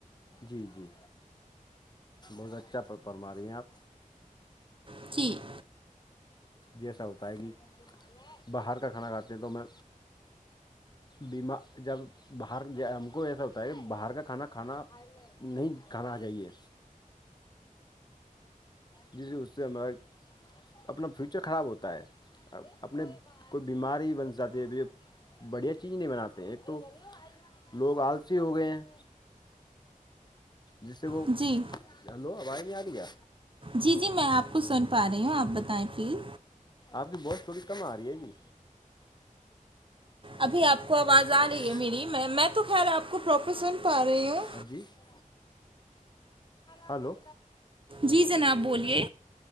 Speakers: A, on the left (about 30°); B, on the right (about 40°).
A: جی جی بہت اچھا پرما رہی ہیں آپ
B: پچھی <unintelligible>
A: جیسا ہوتا ہے کہ باہر کا کھانا کھاتے ہیں تو میں بیما جب باہر ہم کو ایسا ہوتا ہے کہ باہر کا کھانا کھانا نہیں کہاںا آ جائیے جیسے اس سے ہمارا اپنا فیوچر خراب ہوتا ہے اپنے کوئی بیماری بن جاتی ہے بڑھیا چیز نہیں بناتے ایک تو لوگ آلسی ہو گئے ہیں جس سے وہ
B: جی
A: ہلو آواز نہیں آ رہی ہے
B: جی جی میں آپ کو سن پا رہی ہوں آپ بتائیں پلیز
A: آپ کی بہت تھوڑی کم آ رہی ہے جی
B: ابھی آپ کو آواز
A: کیا
B: آ
A: ہو
B: رہی
A: گیا
B: ہے میری میں میں تو خیر آپ کو پروپر سن پا رہی ہوں
A: ہاں جی <unintelligible> ہلو
B: جی جناب بولیے